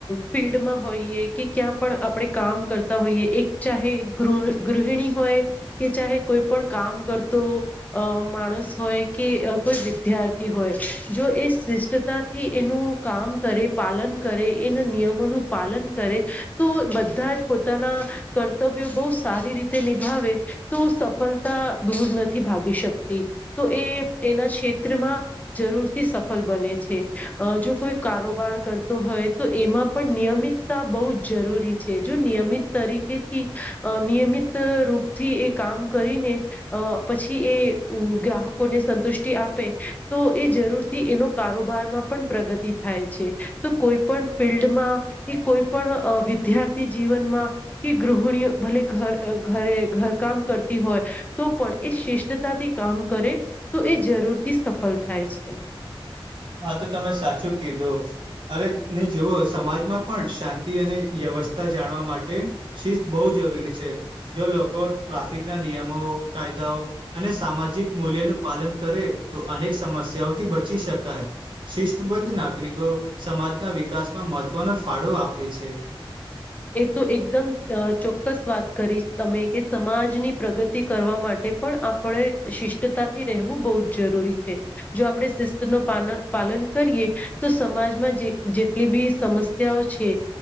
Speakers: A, on the left; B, on the right.
A: ફિલ્ડમાં હોઈએ કે ક્યાં પણ આપણે કામ કરતા હોઈએ એક ચાહે ગૃહિણી હોય કે ચાહે કોઈ પણ કામ કરતો માણસ હોય કે કોઈ વિદ્યાર્થી હોય જો એ શિષ્ટતાથી એનું કામ કરે પાલન કરે એના નિયમોનું પાલન કરે તો બધા જ પોતાના કર્તવ્ય બહું સારી રીતે નિભાવે તો સફળતા દૂર નથી ભાગી શકતી તો એ એના ક્ષેત્રમાં જરૂરથી સફળ બને છે જો કોઈ કારોબાર કરતો હોય તો એમાં પણ નિયમિતતા બહુ જ જરૂરી છે જો નિયમિત તરીકેથી અ નિયમિત રૂપથી એ કામ કરીને અ પછી એ ગ્રાહક લોકોને સંતુષ્ટિ આપે તો એ જરૂર થી એનો કારોબારમાં પણ પ્રગતિ થાય છે તો કોઈ પણ ફિલ્ડમાં કે કોઈ પણ વિદ્યાર્થી જીવનમાં કે ગૃહિણીઓ ભલે ઘર ઘરે ઘર કામ કરતી હોય તો પણ એ શિષ્ટતાથી કામ કરે તો એ જરૂરથી સફળ થાય છે
B: હા તો તમે સાચું કીધો અરે ને જોવોઓ સમાજમાં પણ શાંતિ અને વ્યવસ્થા જાણવા માટે શિસ્ત બહુ જરૂરી છે જો લોકો ટ્રાફિક ના નિયમો કાયદાઓ અને સામાજિક મૂલ્યો નું પાલન કરે તો અનેક સમસ્યાઓથી બચી શકાય શિસ્તબદ્ધ નાગરિકો સમાજના વિકાસમાં મહત્વનો ફાળો આપે છે
A: એ તો એકદમ ચોક્કસ વાત કરીશ તમે કે સમાજની પ્રગતિ કરવા માટે પણ આપણે, શિષ્ટતા થી રહેવું બહુ જ જરૂરી છે. જો આપે શિસ્ત નુ પાલન. પાલન કરીએ તો સમાજમાં જેટલી બી સમસ્યાઓ છેઃ